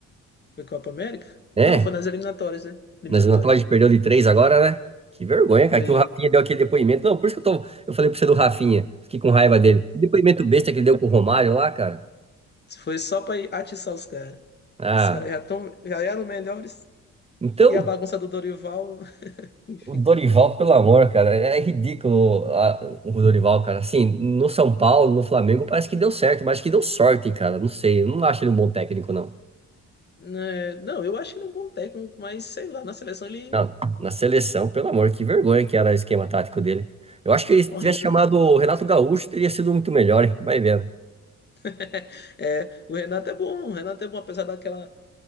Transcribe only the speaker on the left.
Foi Copa América?
Não, foi nas eliminatórias, né? Eliminatórias.
Foi,
foi só pra atiçar os caras.
Os caras já, tão, já eram melhores.
E a bagunça do Dorival, <laughs> enfim.
É, não, eu acho ele é um bom técnico, mas sei lá, na seleção ele
é horrível.
<laughs> É, o Renato é bom, o Renato é bom, apesar daquela,